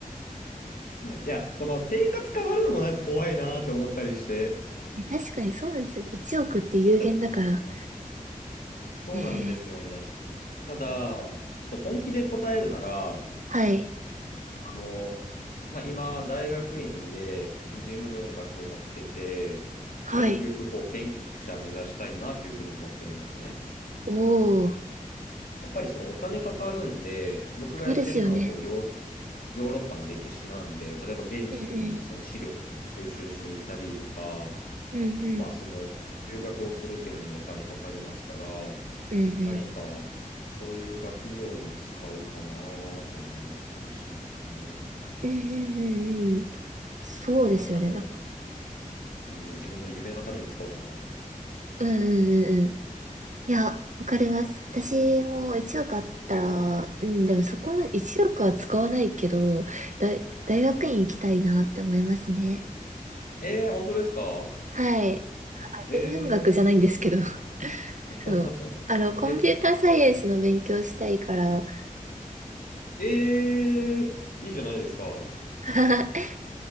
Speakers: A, on the left; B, on the right.
A: いや、この生活変わるのもなんか怖いなーって思ったりして。
B: え確かにそうなんですよ。1億って有限だから。
A: あうんそうなんですよね。
B: ねえ
A: ただ、ちょっと本気で答えるなら、
B: はい。
A: あの、まあ、今、大学院で人文学やってて、
B: はい。
A: まあ、ゆくゆくこう研究者目指したいなというふうに思ってるんですね。
B: おー、
A: やっぱりそのお金かかるんで、僕がやってるのはこうヨーロ、
B: そうですよね。
A: ヨーロッパの歴史なんで、例えば現地にその資料を収集しに行ったりとか、
B: うんうん。うんうん。
A: まあ、その、留学をするっていうのにもお金かかりますから、
B: うんうん。
A: 何か、そういう学業に使うかなとも思ったりしますね。
B: うんうんうんうん。そうですよね。
A: その、なんだろう、
B: だ、
A: ね自分の夢のために使うかな。は
B: うんうんうんうん。いや、わかります。私も1億あったら、
A: いはい
B: うん、でもそこまで1億は使わないけど、大、大学院行きたいなって思いますね。
A: はいえー、本当ですか
B: はい。あ天文学じゃないんですけど。
A: えー、<laughs>
B: そう。あの、コンピューターサイエンスの勉強したいから、
A: え、えー、いいじゃないですか。
B: <laughs>